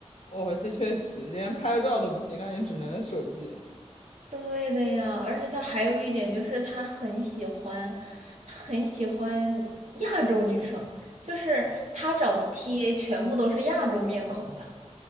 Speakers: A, on the left; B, on the right.
A: 哦，这确实连拍个照都不行，那你只能手机
B: 对的呀，而且他还有一点就是他很喜欢，他很喜欢亚洲女生，就是他找的 TA 全部都是亚洲面孔的。